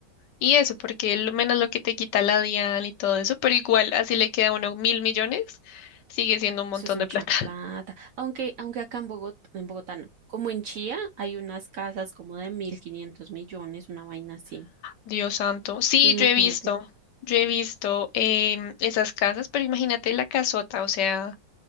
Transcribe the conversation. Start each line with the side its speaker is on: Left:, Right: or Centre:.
Left: Y eso, porque lo menos lo que te quita la DIAN y todo eso, pero igual así le queda a uno mil millones, sigue siendo un montón
Right: Eso es mucha
Left: de plata. <laughs>
Right: plata. Aunque, aunque acá en Bogotá, en Bogotá no. Como en Chía hay unas casas como de mil quinientos millones, una vaina así.
Left: Dios santo. Sí,
Right: Imagínate.
Left: yo he visto, yo he visto em, esas casas, pero imagínate la casota, o sea,